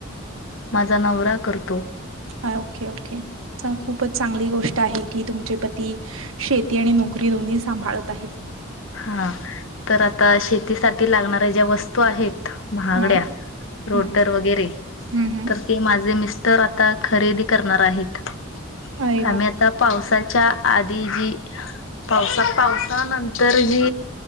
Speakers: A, on the left (about 70°); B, on the right (about 80°).
A: माझां नवरा करतों
B: हां ओके! ओके! खूपच चांगली गोष्ट आहे की तुमचे पती शेती आणि नोकरी दोन्ही सांभाळत आहेत.
A: हां तर आता शेतीसाठी लागणाऱ्या ज्या वस्तू आहेत महागड्या
B: हं,
A: रोटर
B: हं.
A: वगैरे
B: हं, हं.
A: तर ते माझे मिस्टर आता खरेदी करणार आहेत.
B: अरे वाह!
A: आम्ही आता पावसाच्या आधी जी पावसा-पावसानंत तरही